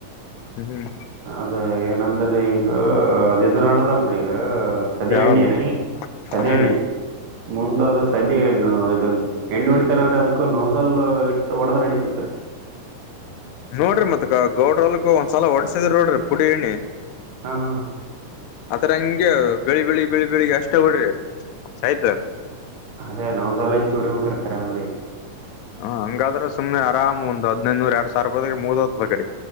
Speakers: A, on the left; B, on the right.
A: ಹ್ಮ್
B: ಅದ ಏನಂದ್ರೀ ಈಗ ಅದ ನಡದಲ್ರರಿ ಈಗ ಸದೆಣ್ಣೆ
A: ಯಾವ್ದ
B: ರ ಸದಣ್ಣೆ
A: ಹ್ಮ್
B: ಮುಂದ ಅದು ಸದಣ್ಣ ಇದು ಎಣ್ಣು ಹೊಡಿತಾರಲ್ರಿ ಅದಕ್ಕ ನೋಸಲ್ ಇಟ್ಟು ಹೊಡದ್ರ ನಡಿತತ್ರಿ <unintelligible>
A: ನೋಡ್ರಿ ಮತ್ತಕ್ಕ ಗೌಡ್ರಲ್ಕ್ಕ ಒಂದ್ಸಲ ಹೊಡ್ಸಿದ್ರ ನೋಡ್ರಿ ಪುಡಿ ಎಣ್ಣಿ
B: ಹಾ ಹಾ
A: ಹಂಂಗಗೆ ಬೆಳಿ ಬೆಳಿಗ್ ಬೆಳಿ ಬೆಳಿಗ್ ಅಷ್ಟೇ ಹೊಡ್ರಿ ಆಯ್ತಾ
B: ಅದೇ ನಾವ್ದಲ್ಲ ಇ ಚ ಹೊಡಿಬೇಕ್ರ ಕರ ಅಂದ್ರರಿ
A: ಹ ಹಂಗಾದ್ರೆ ಸುಮನೆ ಆರಾಮ್ ಒಂದು ಹದ್ನೂರಡವಿರ ರೂಪಾಯಗೆ ಮುದತ್ ಬಗಡಿ